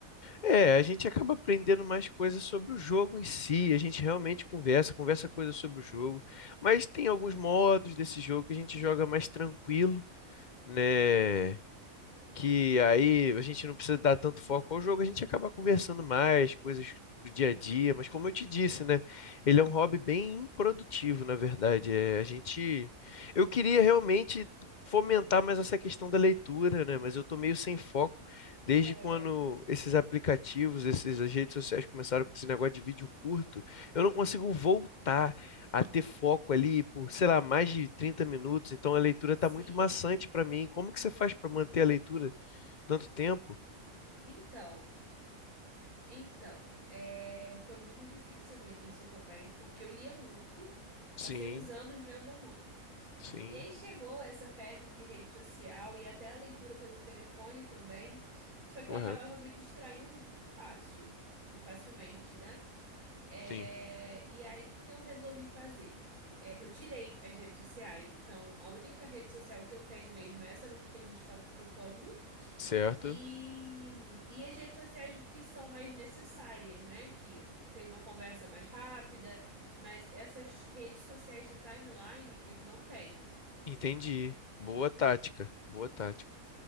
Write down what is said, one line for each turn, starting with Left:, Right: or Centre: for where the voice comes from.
Left: É, a gente acaba aprendendo mais coisas sobre o jogo em si, a gente realmente conversa, conversa coisas sobre o jogo, mas tem alguns modos desse jogo que a gente joga mais tranquilo né? Que aí a gente não precisa dar tanto foco ao jogo, a gente acaba conversando mais, coisas do dia a dia, mas como eu te disse, né? Ele é um hobby bem improdutivo, na verdade. É, a gente. Eu queria realmente fomentar mais essa questão da leitura, né? Mas eu tô meio sem foco desde
Right: É,
Left: quando esses aplicativos, essas redes sociais começaram com esse negócio de vídeo curto, eu não consigo voltar a ter foco ali por, sei lá, mais de 30 minutos. Então a leitura
Right: sim.
Left: está muito maçante para mim. Como que você
Right: Sim.
Left: faz para manter a leitura tanto tempo?
Right: Então, então, é, foi muito difícil no início também, porque eu lia muito,
Left: Sim,
Right: passei uns anos lendo muito.
Left: sim,
Right: E aí chegou essa febre de rede social e até a leitura pelo telefone também, só que
Left: correto.
Right: eu acabava me distraindo muito fácil, facilmente, né? É,
Left: Sim,
Right: E aí, o que que eu resolvi fazer? É, eu tirei as redes sociais, então a única rede social que eu tenho mesmo é essa daqui que a gente está trocando.
Left: certo.
Right: E, e as redes sociais que são mais necessárias, né? Que tem uma conversa mais rápida, mas essas redes sociais de timeline eu não tenho.
Left: Entendi. Boa tática, boa tática.